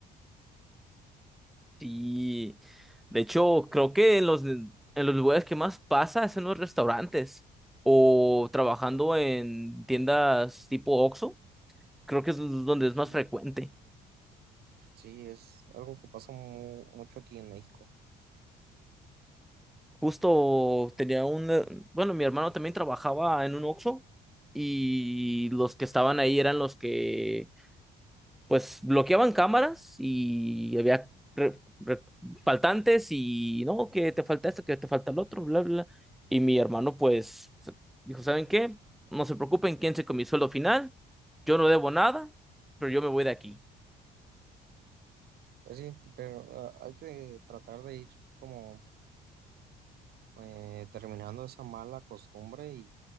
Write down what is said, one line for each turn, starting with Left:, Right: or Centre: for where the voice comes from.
Centre: Y de hecho, creo que en los, en los lugares que más pasa es en los restaurantes o trabajando en tiendas tipo Oxxo, creo que es donde es
Right: Sí,
Centre: más frecuente.
Right: sí, es algo que pasa mu- mucho aquí en México.
Centre: Justo tenía un, eh, bueno, mi hermano también trabajaba en un Oxxo y los que estaban ahí eran los que, pues, bloqueaban cámaras y había re- re- faltantes y, no, que te falta esto, que te falta el otro, bla, bla. Y mi hermano, pues, se- dijo, ¿saben qué? No se preocupen, ¿quién se comió el sueldo final? Yo no debo nada, pero yo me voy de aquí.
Right: Pues sí, pero ah, hay que tratar de ir como eh, terminando esa mala costumbre y